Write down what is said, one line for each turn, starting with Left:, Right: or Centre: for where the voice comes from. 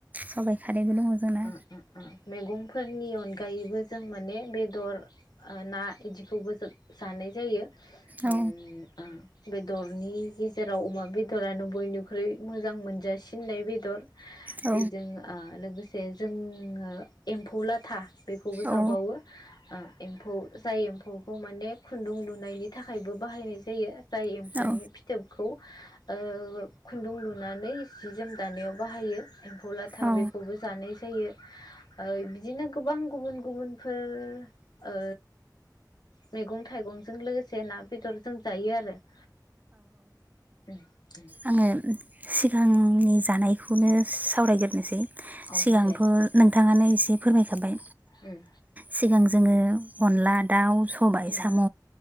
Right: सबाय खारैबो दङ जोंना
Left: ओ ओ ओ मेगं। फोरनि अनगायैबो जों माने बेदर ओ ना इदिखौबो जोब जानाय जायो।
Right: औ
Left: ओ ओम मोन- बेदरनि गेजेराव अमा बेदरानो बयनिख्रुइ मोजां मोनजासिननाय बेदर।
Right: औ
Left: बेजों ओ लोगोसे। जोङो एम्फौ लाथा। बेखौबो जाबावो
Right: औ
Left: ओ। एम्फौ जाय एम्फौ। एम्फौखौ माने खुन्दुं लुनायनि थाखायबो बाहायनाय जायो जाय एम्फौनि
Right: औ
Left: फिथोबखौ। ओ खुन्दुं लुनानै जि जोम दानायाव बाहायो एम्फौ लाथा
Right: औ
Left: बेखौबो नाय जायो ओ बिदिनो गोबां गुबुन गुबन फो ओ मेगं थाइगं जों लोगोसे ना बेदर जों जायो आरो उम उम उम
Right: आङो सिगांनि दानायखौनो सावरायग्रोसै
Left: औ
Right: सिगांथ'
Left: बुंलाय
Right: नों थाङानो एसे फोरमायखाबाय
Left: उम उम
Right: सिगां जोङो अनला दाउ सबाय
Left: उम
Right: साम'
Left: औ